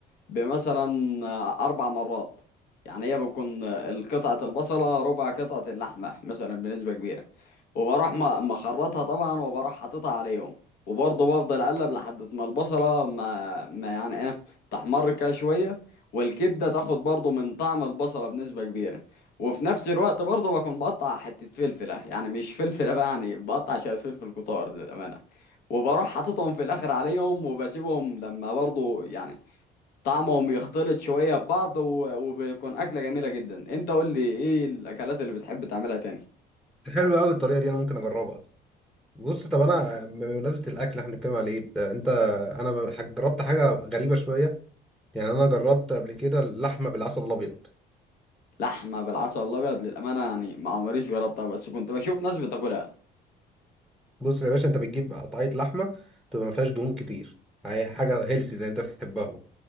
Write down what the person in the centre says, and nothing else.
حلوة أوي الطريقة دي أنا ممكن أجربها بص طب أنا بمناسبة الأكل إحنا بنتكلم عليه ده أنت أنا بح- جربت حاجة غريبة شوية يعني أنا جربت قبل كده اللحمة بالعسل الأبيض
بص يا باشا أنت بتجيب قطعية لحمة تبقى ما فيهاش دهون كتير يعني حاجة هيلسي زي أنت بتحبها